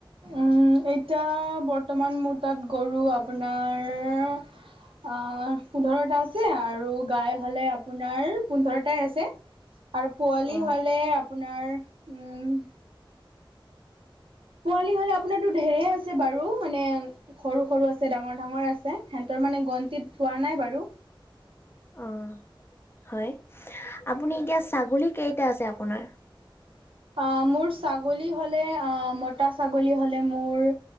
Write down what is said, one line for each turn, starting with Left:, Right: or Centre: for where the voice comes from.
Right: উম এতিয়া বৰ্তমান মোৰ তাত গৰু আপোনাৰ আ পোন্ধৰটা আছে আৰু গাই হ'লে আপোনাৰ পোন্ধৰটাই আছে। আৰু পোৱালি
Left: অ
Right: হ'লে আপোনাৰ উম পোৱালি হ'লে আপোনাৰো ঢেৰ আছে বাৰু, মানে সৰু-সৰু আছে, ডাঙৰ-ডাঙৰ আছে। সেনতৰ মানে গণতিত ধোৱা নাই বাৰু।
Left: অ হয়। আপুনি এতিয়া ছাগলী কেইটা আছে আপোনাৰ?
Right: অ মোৰ ছাগলী হ'লে অ মতা ছাগলী হ'লে মোৰ